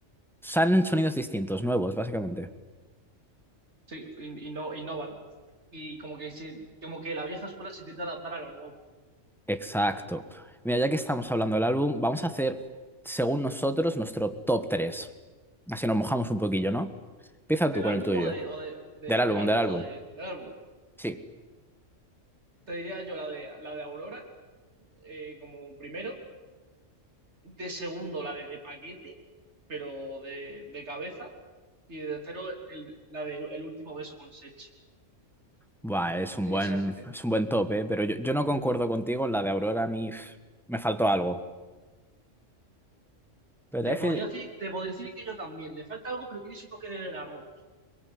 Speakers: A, in the centre; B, on the right.
A: salen sonidos distintos, nuevos, básicamente.
B: Sí, y, y no innovan. Y como que sí- como que la vieja escuela se intenta adaptar a lo nuevo.
A: Exacto. Mira, ya que estamos hablando del álbum, vamos a hacer, según nosotros, nuestro top tres Así nos mojamos un poquillo, ¿no? Empieza
B: Del
A: tú con
B: álbum
A: el tuyo.
B: o de, o de- de-
A: Del álbum,
B: del álbum
A: del álbum.
B: o de, del álbum.
A: Sí.
B: Te diría yo la de la de Aurora, eh, como primero. De segundo, la de, de paquete, pero de, de cabeza. Y de tercero, el- la de El último beso con Sech.
A: Buah, es un
B: Esas.
A: buen,
B: eh,
A: es un buen top, ¿eh? Pero yo, yo no concuerdo contigo en la de Aurora, a mí pf, me faltó algo. Pero
B: Te
A: te voy a
B: podría
A: decir-
B: decir, te podría decir que yo también. Le falta algo, pero tiene su toque de la Rose.